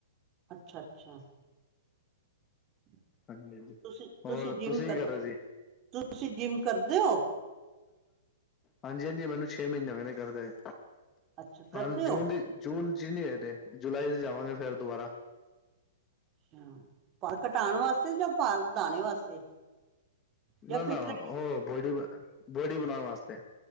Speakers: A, on the right; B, on the left.
A: ਅੱਛਾ ਅੱਛਾ। <inaudible>
B: ਹਾਂਜੀ ਹਾਂਜੀ
A: ਤੁਸੀਂ- ਤੁਸੀਂ
B: ਹੋਰ
A: ਜਿਮ ਕਰ
B: ਕੀ ਰਹੇ ਸੀ
A: ਤੁਸੀਂ ਜਿਮ ਕਰਦੇ ਹੋ?
B: ਹਾਂਜੀ-ਹਾਂਜੀ ਮੈਨੂੰ, ਛੇ ਮਹੀਨੇ ਹੋਏ ਕਰਦੇ ਹੈ।
A: ਅੱਛਾ ਕਰਦੇ
B: ਹਾਂਜੀ, ਜੂਨ
A: ਹੋ
B: ਦੀ ਜੂਨ ਚ ਨਹੀਂ ਗੇਦੇ ਜੁਲਾਈ ਚ ਜਾਵਾਂਗੇ ਫੇਰ ਦੁਬਾਰਾ।
A: ਅੱਛ ਪਾਰ ਕਟਾਨ ਵਾਸਤੇ ਯਾ ਪਾਰ ਵਦਾਣੇ ਵਾਸਤੇ। ਜਾਂ
B: ਨਾ-ਨਾ
A: ਫਿਟ ਰਹਿਣ?
B: ਹੋ ਬੋਡੀ ਬੋੜ ਬਣਾਣਾਸਤੇ।